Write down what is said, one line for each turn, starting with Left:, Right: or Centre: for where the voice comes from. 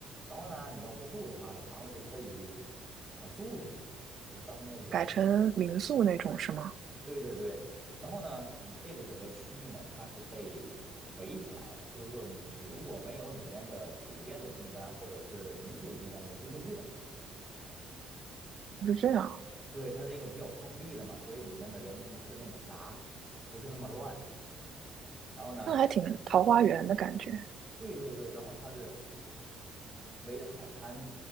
Centre: 然后呢，你要不住的话，那房子就可以啊租出去，就当那个，
Right: 改成民宿那种是吗？
Centre: 对对对。然后呢，你这个整个区域呢，它是被围起来的，就是说你如果没有里面的酒店的订单或者是民宿的订单，你是进不去的。
Right: 是这样，
Centre: 对，它是一个比较封闭的嘛，所以里面的人不是那么杂，不是那么乱。然后呢，
Right: 那还挺桃花源的感觉。
Centre: 对对对，然后它是。围着海滩